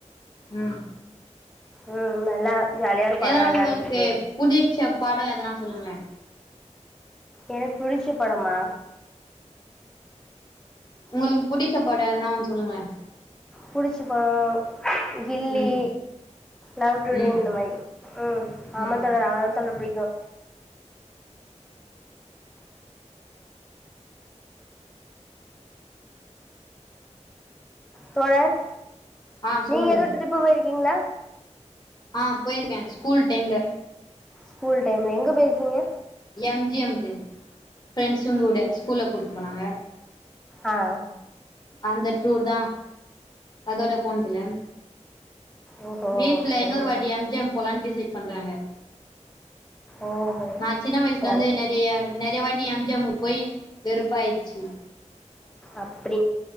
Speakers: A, on the left; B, in the centre.
A: ம்
B: ம் நல்லா ஜாலியாக இருக்கும்
A: எதனா
B: அதெல்லாம்
A: உங்குளுக்கு
B: விளாட்றதுக்கு
A: புடிச்ச படோ எதனா சொல்லுங்களே
B: எனக் புடிச்ச படமா
A: உங்குளுக்கு புடிச்ச படோ எதனா ஒன் சொல்லுங்களே
B: புடிச்ச படோ கில்லி
A: ம்
B: லவ் டுடே
A: ம்
B: இந்த மாரி ம் ஆமா
A: ம்
B: தோழர் அவ்ளதா தோழர் புடிக்கு தோழர்
A: ஆ சொல்லுங்க
B: நீங்க எதோ ட்ரிப்பு போயிருக்கீங்ளா
A: அ போயிருக்கே ஸ்கூல் டைம்ல
B: ஸ்கூல் டைம்ல எங்க போய்ருக்கீங்க
A: எம் ஜி எம் க்கு ஃப்ரெண்ஸுங் கூட ஸ்கூல்ல கூட்னு போனாங்க
B: அ ஆ
A: அந்த டூர் தா அதோட போன்தில்ல
B: ஓஹோ
A: வீட்ல
B: சரிங்க
A: இன்னொரு வாட்டி எம்ஜ்யம் போலான் டி சேட் பண்றாங்க
B: ஓஹோ
A: நா சின்ன வய்ஸ்லந்தே
B: ஜாலி
A: நெறிய நெறிய வாட் டி எம்ஜ்யம்முக்கு வெருப்பாய்ச்சி
B: அப்படிங்